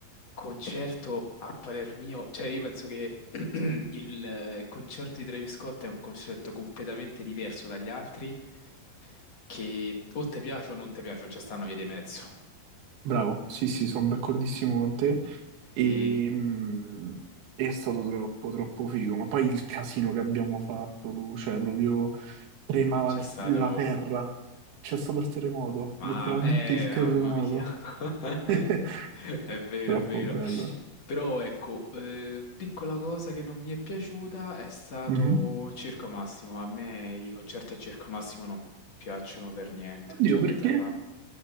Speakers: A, on the left; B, on the right.
A: concerto a parer mio. Cioè, io penso che <clears throat> il eh, concerto di Travis Scott è un concerto completamente diverso dagli altri, che o ti piace o non ti piace, non c'è sta una via di mezzo.
B: Bravo, sì, sì, sono d'accordissimo con te e
A: E
B: mh, è stato troppo, troppo figo, ma poi il casino che abbiamo fatto, Lu, cioè proprio tremava
A: c'è
B: il-
A: stato.
B: la terra, c'è stato il terremoto,
A: Ma,
B: letteralmente
A: eh,
B: il terremoto,
A: mamma mia, <laughs>
B: <laughs>
A: è vero,
B: troppo
A: è vero.
B: bello.
A: Però ecco, eh, piccola cosa che non mi è piaciuta è stato
B: Mhm.
A: Circo Massimo. A me i concerti a Circo Massimo non piacciono per niente,
B: Oddio,
A: non c'è
B: perché?
A: niente da fare.